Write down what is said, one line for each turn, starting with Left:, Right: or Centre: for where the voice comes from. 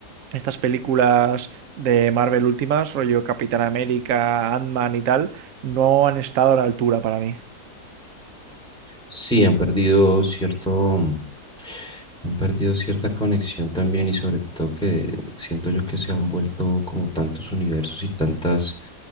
Right: estas películas de Marvel últimas, rollo Capitán América, Ant-Man y tal, no han estado a la altura para mí.
Centre: Sí, han perdido cierto, mm, han perdido cierta conexión también y sobre todo que siento yo que se han vuelto como tantos universos y tantas